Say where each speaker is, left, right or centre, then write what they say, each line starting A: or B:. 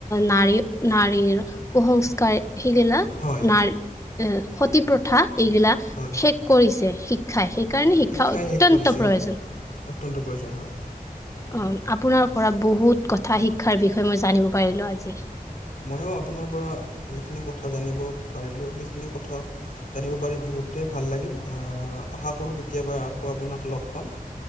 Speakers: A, on the left; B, on the left.
A: নাৰী-নাৰীৰ কুসংস্কাৰ সিগিলা
B: হয়
A: নাৰী, এ সতি প্ৰথা এইবিলাক
B: হয়
A: শেষ কৰিছে শিক্ষাই। শি সেইকাৰণে শিক্ষা
B: শিক্ষাই
A: অত্যন্ত
B: শেষ কৰিছে
A: প্ৰয়োজন।
B: হয় অত্যন্ত প্ৰয়োজন হয়।
A: অহ, আপোনাৰ পৰা বহুত কথা শিক্ষাৰ বিষয়ে মই জানিব পাৰিলোঁ আজি।
B: মইয়ো আপোনাৰ পৰা যিখিনি কথা জানিব পাৰিলোঁ, সেইখিনি কথা জানিব পাৰি বহুতেই ভাল লাগিল, আহ আশা কৰোঁ কেতিয়াবা আকৌ আপোনাক লগ পাম।